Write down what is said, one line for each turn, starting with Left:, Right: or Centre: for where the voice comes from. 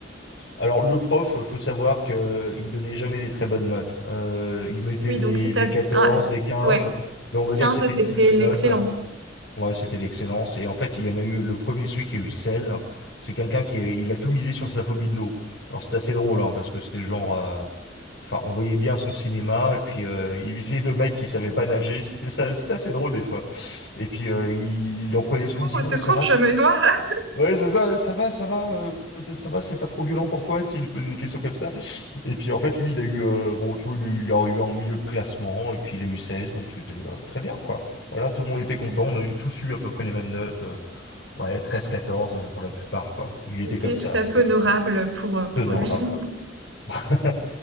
Left: Alors, le prof, faut savoir que il donnait jamais des très bonnes notes. Euh, il mettait
Right: Oui,
Left: des,
Right: donc si t'as...
Left: des 14
Right: Ah,
Left: des quinze
Right: ouais.
Left: mais on va
Right: 15,
Left: dire que c'était
Right: c'était
Left: une très bonne
Right: l'excellence.
Left: note. Ouais, c'était l'excellence. Et en fait, il y en a eu le premier, celui qui a eu 16. C'est quelqu'un qui est- il a tout misé sur sa phobie de l'eau. Alors c'était assez drôle, hein, parce que c'était genre, euh, enfin, on voyait bien son cinéma. Et puis euh, il visait le mec qui savait pas nager. C'était ça, c'était assez drôle des fois. Et puis euh, il, il en
Right: Au
Left: prenait
Right: secours,
Left: soin. Il disait
Right: au secours,
Left: ouais, ça va.
Right: je
Left: Puis
Right: me noie. <laughs>
Left: Ouais, c'est ça, ça va, ça va, euh, ça va, c'est pas trop violent pour toi, tu lui posais des questions comme ça. Et puis en fait, lui, il a eu, euh, bon, tu vois, il est il est arrivé en milieu de classement, et puis il a eu 16 donc c'était euh, très bien, quoi. Voilà, tout le monde était content,
Right: Il
Left: on a eu tous eu à peu près les mêmes notes, euh, ouais, 13-14 euh, pour la plupart, quoi. Il était
Right: il était
Left: comme ça,
Right: tout à
Left: c'était
Right: fait honorable
Left: pas
Right: pour, euh, pour
Left: honorable.
Right: lui. <laughs>
Left: <laughs>